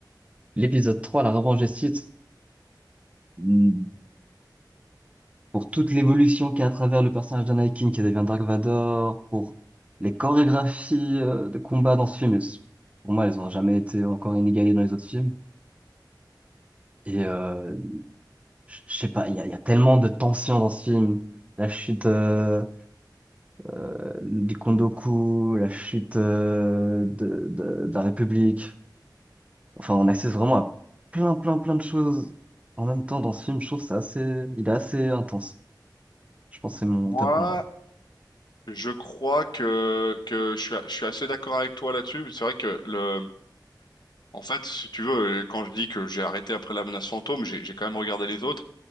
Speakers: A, on the right; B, on the left.
A: l'épisode 3 La Revanche des Sith, mm, pour toute l'évolution qu'il y a à travers le personnage d'Anakin qui devient Dark Vador, pour les chorégraphies euh, de combat dans ce film, elles pour moi, elles ont jamais été encore inégalées dans les autres films. Et euh, je je sais pas, il y a, il y a tellement de tensions dans ce film. La chute euh, euh, du Kondoku, la chute euh, de, de, de la République. Enfin, on assiste vraiment à plein, plein, plein de choses en même temps dans ce film. Je trouve que c'est assez, il est assez intense. Je pense que c'est mon
B: Moi,
A: top un.
B: je crois que, que je suis, a- je suis assez d'accord avec toi là-dessus. C'est vrai que le, en fait, si tu veux, euh, quand je dis que j'ai arrêté après la menace fantôme, j'ai, j'ai quand même regardé les autres.